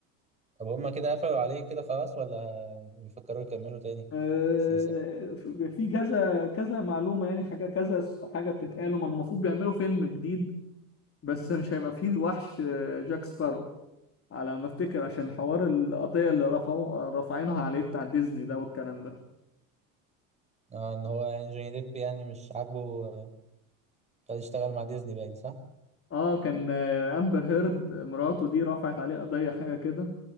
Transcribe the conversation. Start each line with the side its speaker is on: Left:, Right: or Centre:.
Right: طب هما كده قفلوا عليه كده خلاص ولا بيفكروا يكملوا تاني
Left: آه،
Right: السلسلة
Left: في كذا كذا معلومة يعني حاجة كذا حاجة بتتقال هما المفروض بيعملوا فيلم جديد بس مش هيبقى فيه وحش آه، جاك سبارو على ما افتكر عشان حوار القضية اللي رفعوا رافعينها عليه بتاع ديزني ده والكلام ده
Right: اه ان هو يعني جوني ديب يعني مش عاجبه آه، خد يشتغل مع ديزني باين صح؟
Left: اه كان آه، امبر هيرد مراته دي رفعت عليه قضية حاجة كده